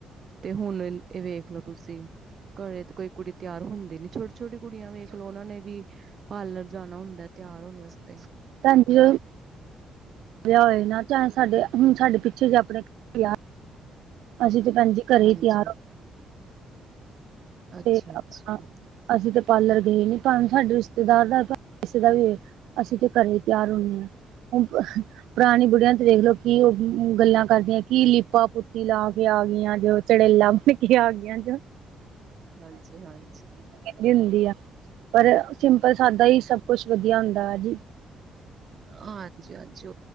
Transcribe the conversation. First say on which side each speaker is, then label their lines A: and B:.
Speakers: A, on the right; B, on the right.
A: ਤੇ ਹੁਣ ਇਹ ਵੇਖ ਲੋ ਤੁਸੀ ਘਰੇ ਤੇ ਕੋਈ ਕੁੜੀ ਤਿਆਰ ਹੁੰਦੀ ਨੀ ਛੋਟੀ- ਛੋਟੀ ਕੁੜੀਆਂ ਵੇਕ ਲੌ ਉਹਨਾਂ ਨੇ ਵੀ ਪਾਰਲਰ ਜਾਣਾ ਹੁੰਦਾ ਤਿਆਰ ਹੋਣ ਵਾਸਤੇ
B: ਪੈਨ ਜੀ। ਵਿਆਹ ਹੋਏ ਨਾ ਚਾਹੇ ਸਾਡੇ ਹੁਣ ਸਾਡੇ ਪਿੱਛੇ ਜੇ ਆਪਣੇ ਕਰ ਵਿਆਹ ਅਸੀਂ ਤੇ ਪੈਨ ਜੀ ਘਰੇ
A: ਹਾਂਜੀ
B: ਹੀ ਤਿਆਰ ਹੋ
A: ਅੱਛਾ-ਅੱਛਾ
B: ਤੇ ਆਪਣਾ ਅਸੀਂ ਤੇ ਪਾਰਲਰ ਗਏ ਨੀ ਭਾਵੇਂ ਸਾਡੇ ਰਿਸ਼ਤੇਦਾਰ ਦਾ ਪਾਂਵੇ ਕਿਸੇ ਦਾ ਵੀ ਹੋਵੇ। ਅਸੀਂ ਤੇ ਘਰੇ ਈ ਤਿਆਰ ਹੁੰਨੇ ਆ। ਹੁਣ ਪਹ ਪੁਰਾਣੀ ਬੁਢੀਆਂ ਤੇ ਦੇਖਲੋ ਕਿ ਉਹ ਗੱਲਾਂ ਕਰਦੀਆਂ ਕੀ ਲੀਪਾ ਪੁੋਤੀ ਲਾ ਕੇ ਆ ਗਈਆਂ ਜੋ ਚੜੇਲਾ ਨਿੱਕੀਆਂ ਆ ਗਈਆਂ ਜ
A: ਹਾਂਜੀ- ਹਾਂਜੀ।
B: ਵੀ ਹੁੰਦੀ ਹੈ ਪਰ ਸਿੰਪਲ ਸਾਦਾ ਹੀ ਸਭ ਕੁਛ ਵਧੀਆ ਹੁੰਦਾ ਹੈ ਜੀ।
A: ਹਾਂਜੀ ਹਾਂਜੀ